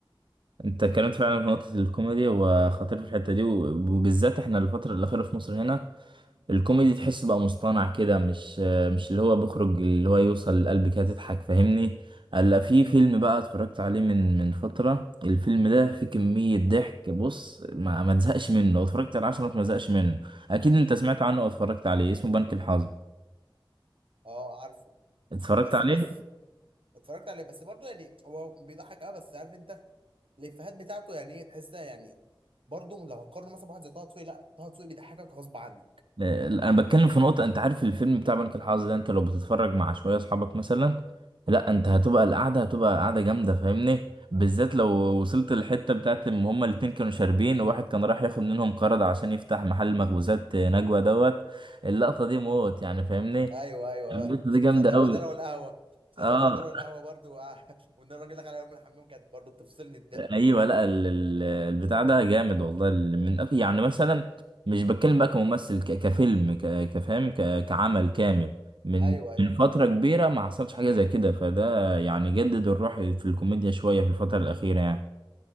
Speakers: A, on the right (about 65°); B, on the right (about 80°).
A: انت اتكلمت فعلا في نقطه الكوميدي وخطير في الحته دي وبالذات احنا الفتره الاخيره في مصر هنا الكوميدي تحسه بقى مصطنع كده مش مش اللي هو بيخرج اللي هو يوصل لقلبك كده تضحك فاهمني الا في فيلم بقى اتفرجت عليه من من فترة الفيلم ده فيه كمية ضحك بص ما ما تزهقش منه لو اتفرجت على عشرة ما تزهقش منه اكيد انت سمعت عنه واتفرجت عليه اسمه بنك الحظ
B: اه عارفه
A: اتفرجت
B: بس
A: عليه
B: بص اتفرجت عليه بس برضو يعني هو بيضحك اه بس عارف انت الافيهات بتاعته يعني ايه تحسها يعني برضو لو هقارن مثلا بواحد زي طه دسوقي لا طه دسوقي بيضحكك غصب عنه
A: آه، انا بتكلم في نقطة انت عارف الفيلم بتاع بنك الحظ ده انت لو بتتفرج مع شوية اصحابك مثلا لا انت هتبقى القعدة هتبقى قعدة جامدة فاهمني بالذات لو وصلت للحتة بتاعت ان هما الاتنين كانوا شاربين وواحد كان راح ياخد منهم قرض عشان يفتح محل مخبوزات نجوى دوت اللقطة دي موت يعني فاهمني
B: ايوه ايوه
A: اللقطة
B: ايوه <laughs>
A: دي جامدة
B: صار لما
A: قوي
B: دلعوا القهوة صار
A: اه
B: لما دلعوا القهوة برضو <laughs> وان الراجل دخل عليهم من الحمام كانت برضو بتفصلني الضحك
A: ايوه لا ال- ال- البتاع ده جامد والله ال- من أك- يعني مثلا مش بتكلم بقى كممثل ك- كفيلم ك- كفهم ك- كعمل كامل من
B: ايوه ايوه
A: من فتره كبيره ما حصلش حاجه زي كده فده يعني جدد الروح في الكوميديا شويه في الفتره الاخيره يعني